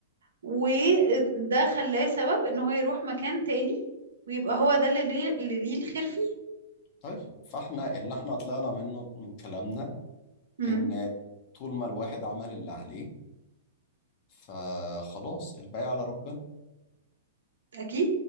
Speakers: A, on the right; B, on the left.
A: وده خلاه سبب ان هو يروح مكان تاني ويبقى هو ده اللي ليه, اللي ليه الخير فيه
B: طيب فاحنا اللي احنا طلعنا منه من كلامنا
A: امم
B: ان طول ما الواحد عمل اللي عليه فخلاص الباقي على ربنا
A: اكيد